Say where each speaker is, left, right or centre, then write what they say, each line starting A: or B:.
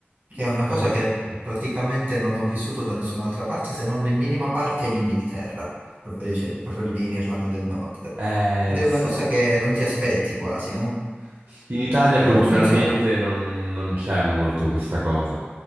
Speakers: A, on the right (about 45°); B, on the right (about 70°).
A: che è una cosa
B: <laughs>
A: che praticamente non ho vissuto da nessun'altra parte se non in minima parte in Inghilterra, proprio, cioè, proprio lì in Irlanda del Nord.
B: Eh
A: Ed è
B: sì,
A: una cosa che non ti aspetti quasi, no?
B: in Italia
A: Però
B: culturalmente
A: funziona.
B: non, non c'è molto questa cosa.